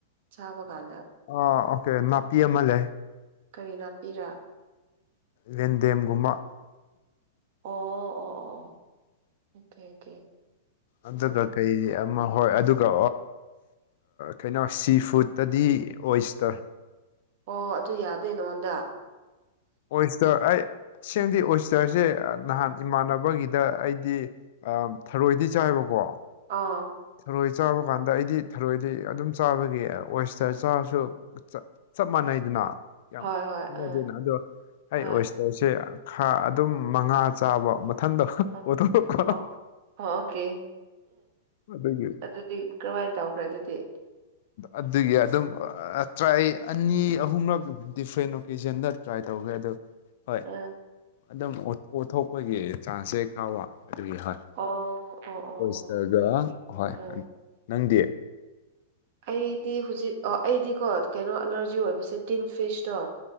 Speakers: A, on the right; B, on the left.
A: ꯆꯥꯕ ꯀꯥꯟꯗ
B: ꯑ ꯑꯣꯀꯦ ꯅꯥꯄꯤꯑꯃ ꯂꯩ
A: ꯀꯔꯤ ꯅꯥꯞꯄꯤꯔ
B: ꯔꯦꯟꯗꯦꯝꯒꯨꯝꯕ
A: ꯑꯣ ꯑꯣ ꯑꯣ ꯑꯣ ꯑꯣꯀꯦ ꯑꯣꯀꯦ
B: ꯑꯗꯨꯀ
A: ꯑꯪ
B: ꯀꯩ ꯃ ꯍꯣꯏ ꯑꯗꯨꯒ ꯀꯩꯅꯣ ꯁꯤ ꯐꯨꯠꯇꯗꯤ ꯑꯣꯏꯁꯇꯔꯦ
A: ꯑꯣ ꯑꯗꯨ ꯌꯥꯗꯦ ꯅꯉꯣꯟꯗ
B: ꯑꯣꯏꯁꯇꯔ ꯑꯩ ꯁꯦꯡꯗꯤ ꯑꯣꯏꯁꯇꯔꯁꯦ ꯅꯍꯥꯟ ꯏꯃꯥꯟꯅꯕꯒꯤꯗ ꯑꯩꯗꯤ ꯊꯔꯣꯏꯗꯤ ꯆꯥꯏꯕꯀꯣ
A: ꯑꯥ
B: ꯊꯔꯣꯏ ꯆꯥꯕ ꯀꯥꯟꯗ ꯑꯩꯗꯤ ꯊꯔꯣꯏꯗꯤ ꯑꯗꯨꯝ ꯆꯥꯕꯒꯤ ꯑꯣꯁꯇꯔ ꯆꯥꯔꯁꯨ ꯆꯞ ꯃꯥꯟꯅꯩꯗꯅ ꯌꯥꯝꯌꯥꯝ
A: ꯍꯣꯏ ꯍꯣꯏ
B: ꯈꯅꯗꯦꯅ
A: ꯑꯥ
B: ꯑꯗꯣ ꯑꯩ
A: ꯍꯣꯏ
B: ꯑꯣꯏꯁ ꯀꯁꯦ ꯈꯥ ꯑꯗꯨꯝ ꯃꯉꯥ ꯆꯥꯕ ꯃꯊꯟꯗ
A: ꯑ
B: ꯑꯣꯊꯣꯛꯂꯛꯄ
A: ꯑꯣ ꯑꯣꯀꯦ
B: ꯑꯗꯒꯤ
A: ꯑꯗꯨꯗꯤ ꯀꯔꯝꯍꯥꯏꯅ ꯇꯧꯈ꯭ꯔꯦ ꯑꯗꯨꯗꯤ
B: ꯑꯗꯨꯒꯤ ꯑꯗꯨꯝ ꯇ꯭ꯔꯥꯏ ꯑꯅꯤ ꯑꯍꯨꯝꯔꯛ ꯗꯤꯐ꯭ꯔꯦꯟ ꯑꯣꯀꯦꯖꯟꯗ ꯇ꯭ꯔꯥꯏ ꯇꯧꯈ꯭ꯔꯦ ꯑꯗꯨ ꯍꯣꯏ
A: ꯑꯥ
B: ꯑꯗꯨꯝ ꯑꯣꯠꯊꯣꯛꯄꯒꯤ ꯆꯥꯟꯁꯁꯦ ꯈꯔ ꯋꯥ ꯑꯗꯨꯒꯤ ꯍꯣꯏ
A: ꯑꯣ ꯑꯣ ꯑꯣ
B: ꯍꯣꯏꯁꯇꯔꯒ
A: ꯑꯣ ꯑꯣꯀꯦ
B: ꯑꯍꯣꯏ
A: ꯑꯥ
B: ꯅꯪꯗꯤ
A: ꯑꯩꯗꯤ ꯍꯧꯖꯤꯛ ꯑꯣ ꯑꯩꯗꯤꯀꯣ ꯀꯩꯅꯣ ꯑꯦꯂꯔꯖꯤ ꯑꯣꯏꯕꯁꯦ ꯇꯤꯟ ꯐꯤꯁꯇꯣ